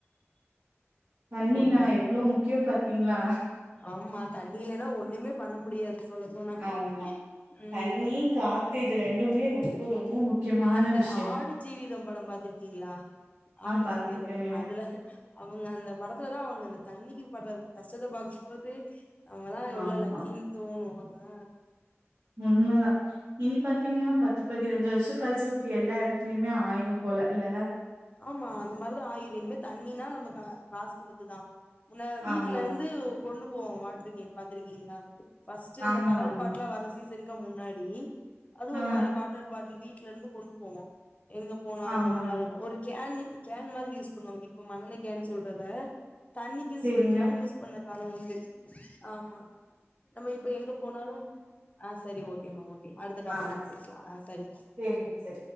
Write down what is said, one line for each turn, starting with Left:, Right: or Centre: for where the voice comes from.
Right: தண்ணி
Left: ஒகே
Right: நா எவ்ளோ முக்கியோ பாத்தீங்களா
Left: ஆமா தண்ணி இல்லன்னா ஒண்ணுமே பண்ண முடியாது சொல்ல போனா
Right: ஆமா
Left: ம்
Right: தண்ணி காத்து இது ரெண்டுமே ரொம்ப ரொம்ப முக்கியமான
Left: நா இந்த
Right: விஷயம்
Left: ஆடு ஜீவிதம் படம் பாத்திருக்கீங்களா ஆடு
Right: பாத்துருக்கேங்க
Left: ஜீவிதம் அதுல அவங்க அந்த வரப் த்துல தான் அவங்க இந்த தண்ணிக்கு படுற கஷ்டத்தை பாக்கும் போது அவங்கதான் எவ்வளவு
Right: ஆமா
Left: லக்கீன்னு தோணும் ஆ
Right: உண்மதான் இனி பாத்தீங்கன்னா பத்து பதினஞ்சு வருஷம் கழிச்சா அப்படி எல்லா இடத்துலயுமே ஆயிரும் போல இல்ல
Left: ஆமா அந்த மாரிலாம் ஆயுரனுமே தண்ணிணா நம்ம காசு குடுத்துதான் உன வீட்டு்ல
Right: ஆமா
Left: இருந்து கொண்டு <inaudible> வாட்ருக்கேன் பாத்துருக்கீங்களா பஸ்ட்
Right: ஆமா
Left: இந்த கலர்
Right: ஆமா
Left: பாட்லலாம் வரசி அதுக்க முன்னாடி அது
Right: ஆ
Left: ஒரு மாதிரி வாட்டர் பாட்டில் வி வீட்டுல இருந்து கொண்டு போவோம் எங்க போனாலும்
Right: ஆமாங்க
Left: வந்தாலும் ஒரு கேன் கேன் மாதிரி யூஸ் பண்ணுவாங்க இப்ப மண்ண கேன் சொல்றத தண்ணிக்குனு
Right: செரிங்க
Left: சொல்லிட்டுலா யூஸ் பண்ண காலம் உண்டு ஆமா நம்ம இப்ப எங்க போனாலு சரி ஓகேமா ஓகே அடுத்த டாபிக்ல
Right: ஆ
Left: பேசலாம் செரி
Right: சேரிங்க சேரி